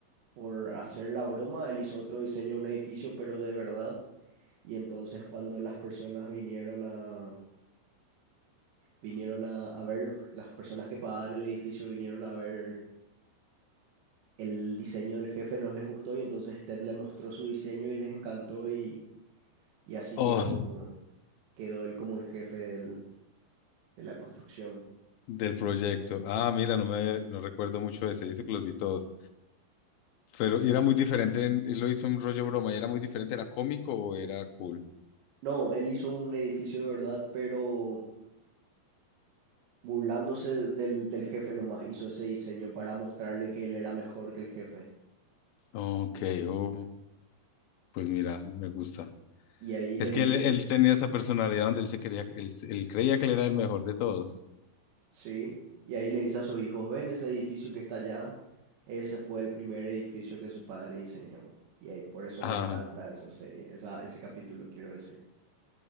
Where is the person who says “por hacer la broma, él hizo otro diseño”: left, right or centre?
Right